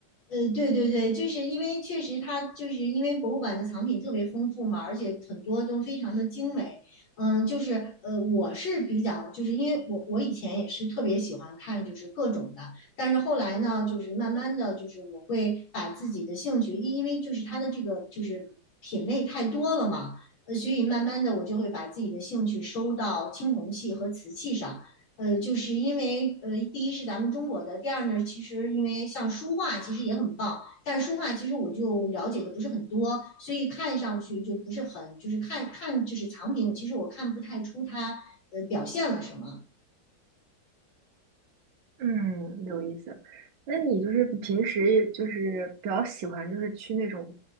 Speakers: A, on the left; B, on the right.
A: 呃，对对对，就是因为确实它就是因为博物馆的藏品特别丰富嘛，而且很多都非常的精美。嗯，就是呃，我是比较就是因为我我以前也是特别喜欢看就是各种的，但是后来呢，就是慢慢的就是我会把自己的兴趣，因因为就是它的这个就是品类太多了嘛，呃，所以慢慢的我就会把自己的兴趣收到青铜器和瓷器上。呃，就是因为呃，第一是咱们中国的，第二呢，其实因为像书画其实也很棒，但是书画其实我就了解的不是很多，所以看上去就不是很，就是看看就是藏品，其实我看不太出它呃表现了什么。
B: 嗯，有意思。那你就是平时就是比较喜欢就是去那种，